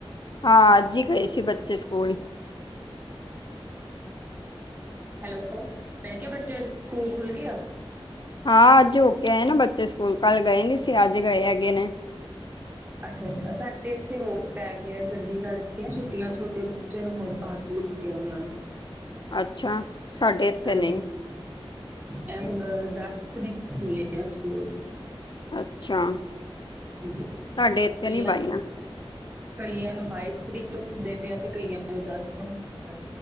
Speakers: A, on the left; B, on the right.
A: ਹਾਂ, ਅੱਜ ਹੀ ਗਏ ਸੀ ਬੱਚੇ ਸਕੂਲ
B: ਹੈਲੋ, ਮੈਂ ਕਿਹਾ, ਬੱਚਿਆਂ ਦੇ ਸਕੂਲ ਖੁੱਲ ਗਏ ਆ?
A: ਹਾਂ ਅੱਜ ਹੋ ਕੇ ਆਏ ਨਾ ਬੱਚੇ ਸਕੂਲ ਕੱਲ੍ਹ ਗਏ ਨੀ ਸੀ ਅੱਜ ਗਏ ਹੈਗੇ ਨੇ
B: ਅੱਛਾ ਅੱਛਾ, ਸਾਡੇ ਇੱਥੇ ਹੋਰ ਪੈ ਗੀਏ ਗਰਮੀ ਕਰਕੇ ਛੁੱਟੀਆਂ ਛੋਟੇ ਬ ਚਲੋ ਹੋਰ ਪਾਰ <unintelligible> ਉਹਨਾ
A: ਅੱਛਾ, ਸਾਡੇ ਏਥੇ
B: ਹਾਂਜੀ
A: ਨਹੀਂ
B: ਇਹ ਹੁਨ ਦਸ ਤਰੀਕ ਨੂ ਖੁਲੇ ਗਾ ਸਕੂਲ
A: ਅੱਛਾ
B: <unintelligible>
A: ਸਾਡੇ ਇੱਥੇ ਨਹੀਂ ਪਾਈਆਂ
B: ਕਈਆਂ ਨੂੰ ਬਾਈ ਤਰੀਕ ਤੋਂ ਹੁੰਦੇ ਪਏ ਆ ਤੇ ਕਈਆਂ ਨੂੰ ਦਸ ਤੋਂ ਹੁੰਦੇ ਪ